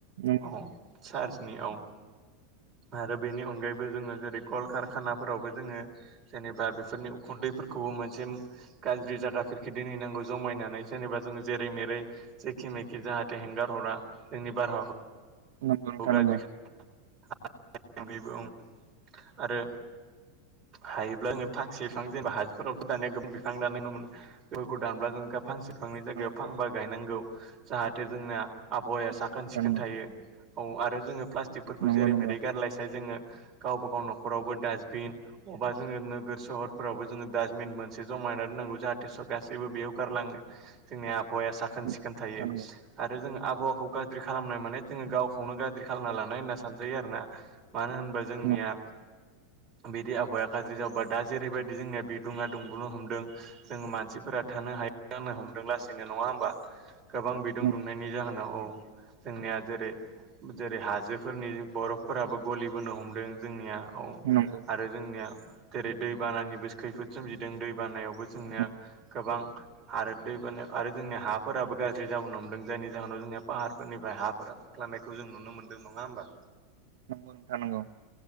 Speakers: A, on the right; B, on the right.
A: नंगौ
B: औ चार्जनि औ आरो बेनि अनगायैबो जोङो जेरै कल कारखानाफोरावबो जोङो जेनेबा बेसोरनि उखुन्दै फोरखौबो मोनसे गाज्रि जायगाफोर दोनहैनांगौ जमायनानै जेनेबा जोङो जेरै मेरै जेखे मेखे जाहाथे हेंगार हरा जोंनि बारहावाखौ
A: नगौनो थानांगौ
B: गाज्रि <unintelligible> आरो हायोब्ला जोङो फांसे बिफां जेनेबा हाजोफोरावथ' दानि गोबां बिफां दानाय नुनो मोनो बेफोरखौ दानोबब्ला जों गा फांसे फांनै जायगायाव
A: नंगौ
B: फांबा गायनांगौ जाहाथे जोंना आबहावाया
A: नोंथां
B: साखोन सिखोन
A: नंगौ
B: थायो औ आरो जोङो प्लास्टिकफोरखौ
A: नंगौ
B: जेरै
A: नंगौ
B: मेरै गारलायसाय जोङो गावबा गाव न'खरावबो डास्टबिन अबा जोङो नोगोर सोहरफोरावबो जोङो डास्टबिन मोनसे जमा बानाय नांगौ जाहाथे सब गासैबो बेयाव गारलाङो जोंनि आब आबहावाया साखोन सिखोन
A: नोंथां
B: थायो
A: नंगौ
B: आरो जोङो आबहावाखौ गाज्रि खालामनाय माने जोङो गावखौ खौनो गाज्रि खालामना लानाय होनना सानजायो आरोना मानो होनबा जोंनिया
A: नंगौ नंगौ
B: बिदि आबहावाया गाज्रि जाबोबा दा जेरैबायदि जोंनिया बिदुङा दुंबुनो हमदों जोंङो मानसि फोर थानो हायो जानो हमदों लासैनो नङा होमबा गोबां बिदुं
A: नंगौ
B: दुंनायनि
A: नोंथां नंगौ
B: जाहोनाव औ जोंनिया जेरै जेरै हाजोफोरनि बरफफोराबो गलिबोनो हमदों जोंनिया औ
A: नंगौ
B: आरो जोंनिया जेरै दैबानानिबो खैफोद सोमजिदों दै बानायावबो जोंनिया
A: नंगौ नंगौ
B: गोबां आरो दैबानाय आरो जोंनिया हाफोराबो गाज्रि जाबोनो हमदों जायनि जाहोनाव जोंनिया पाहारफोरनिफ्राय हाफोरा खुख्लानायखौ जों नुनो मोनदों नङा होमबा
A: नंगौ नोंथां नांगौ।